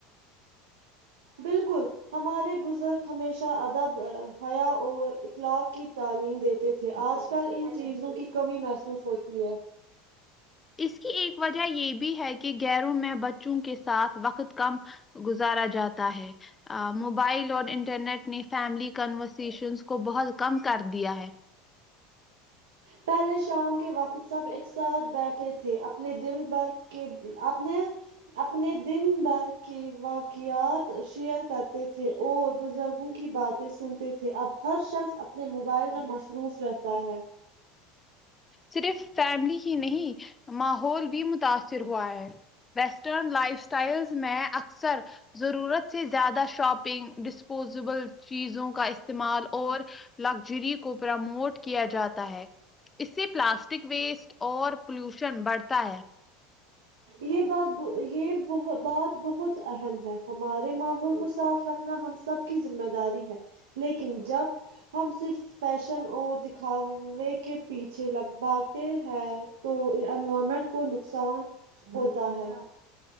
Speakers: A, on the right; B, on the left.
A: بالکل ہمارے بزرگ ہمیشہ ادب حیا اور اخلاق کی تعلیم دیتے دیتے تھے آج کل ان چیزوں کی کمی محسوس ہوتی ہے
B: اس کی ایک وجہ یہ بھی ہے کہ غیروں میں بچوں کے ساتھ وقت کم گزارا جاتا ہے موبائل اور انٹرنیٹ نے فیملی کنورزیشنس کو بہت کم کر دیا ہے
A: پہلے شام کے وقت سب ایک ساتھ بیٹھے تھے اپنے دن پر کے اپنے اپنے دن بھر کے واقعات شیئر کرتے تھے اور بزرگوں کی بات سنتے تھے اب ہر شخص اپنے موبائل میں مصروف رہتا ہے
B: صرف فیملی ہی نہیں ماحول بھی متاثر ہوا ہے ویسٹرن لائف اسٹائل میں اکثر ضرورت سے زیادہ شاپنگ ڈسپوزیبل چیزوں کا استعمال اور لگزری کو پرموٹ کیا جاتا ہے اس سے پلاسٹک ویسٹ اور پولوشن بڑھتا ہے
A: یہ بات یہ ب بات بہت اہم ہے ہمارے ماحول کو صاف رکھ ہم سب کی ذمہ داری ہے لیکن جب ہم صرف فیشن اور دکھاوے کے پیچھے لگ بھاگتے ہیں تو انوائرمنٹ کو نقصان ہوتا ہے